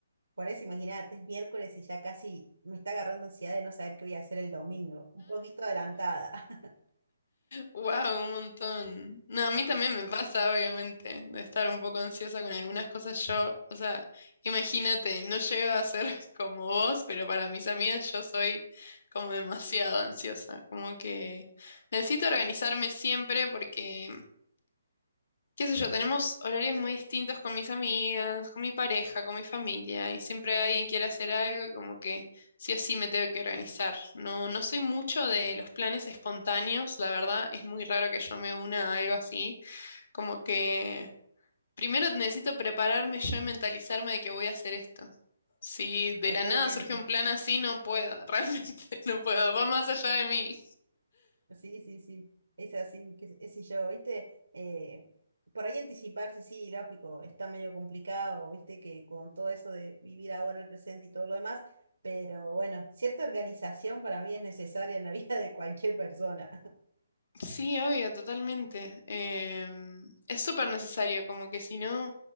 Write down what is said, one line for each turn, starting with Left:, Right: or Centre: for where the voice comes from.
Right: Por eso, imagínate, es miércoles y ya casi me está agarrando ansiedad de no saber qué voy a hacer el domingo. Un poquito adelantada,
Left: Wow, <laughs> un montón. No, a mí también me pasa, obviamente, de estar un poco ansiosa con algunas cosas. Yo, o sea, imagínate, no llego a ser <laughs> como vos, pero para mis amigas yo soy como demasiado ansiosa. Como que necesito organizarme siempre porque qué sé yo, tenemos horarios muy distintos con mis amigas, con mi pareja, con mi familia, y siempre alguien quiere hacer algo, y como que sí o sí me tengo que organizar. No, no soy mucho de los planes espontáneos, la verdad, es muy raro que yo me una a algo así, como que primero necesito prepararme yo y mentalizarme de que voy a hacer esto. Si
Right: <laughs>
Left: de
Right: totalmente.
Left: la nada surge un plan así, no puedo, <laughs> realmente no puedo, va más allá de mí.
Right: Sí, sí, sí, es así, qué sé qué sé yo, ¿viste? Eh, por ahí anticiparse, sí, lógico, está medio complicado, ¿viste? Que con todo eso de vivir ahora el presente y todo lo demás, pero bueno, cierta organización para mí es necesaria en la <laughs> vida de cualquier persona.
Left: Sí, obvio, totalmente. Em, es súper necesario, como que si no,